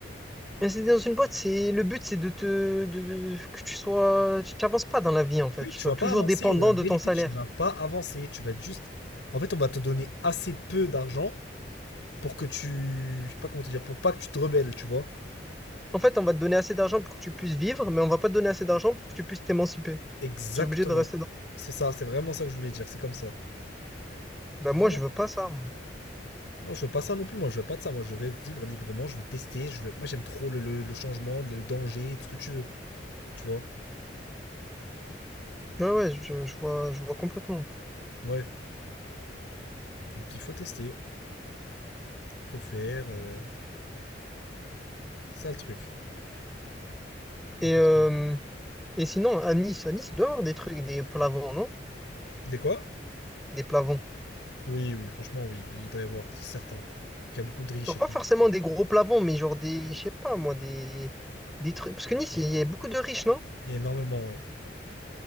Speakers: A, in the centre; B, on the left (about 85°).
A: Et c'est dans une boîte, c'est, le but, c'est de te, de- de- que tu sois, tu t'avances pas dans la vie, en fait.
B: Oui,
A: Tu
B: tu
A: sois
B: vas
A: toujours
B: pas avancer,
A: dépendant
B: la vérité,
A: de ton salaire.
B: tu vas pas avancer, tu vas être juste... En fait, on va te donner assez peu d'argent pour que tu... Je sais pas comment te dire, pour pas que tu te rebelles, tu vois.
A: En fait, on va te donner assez d'argent pour que tu puisses vivre, mais on va pas te donner assez d'argent pour que tu puisses t'émanciper.
B: Exactement.
A: Tu es obligé de rester dans.
B: C'est ça, c'est vraiment ça que je voulais dire, c'est comme ça.
A: Ben
B: Vraiment.
A: moi, je veux pas ça.
B: Non, je veux pas ça non plus, moi, je veux pas de ça, moi, je vais vivre librement, je veux tester, je veux... Moi, j'aime trop le, le- le changement, le danger, tout ce que tu veux, tu vois.
A: Ouais, ouais, je, je vois, je vois complètement.
B: Ouais. Donc, il faut tester, faut faire, euh, c'est ça le truc. T'en
A: Et,
B: penses
A: euh,
B: quoi?
A: et sinon, à Nice, à Nice, il doit y avoir des trucs, des plavons, non?
B: Des quoi?
A: Des plavons.
B: Oui, oui, franchement, oui, il doit y avoir, c'est certain. Il y a beaucoup de riches
A: Genre,
B: et
A: pas
B: tout.
A: forcément des gros plavons, mais genre des, je sais pas moi, des, des trucs. Parce que Nice, il y a beaucoup de riches, non?
B: Il y a énormément, ouais.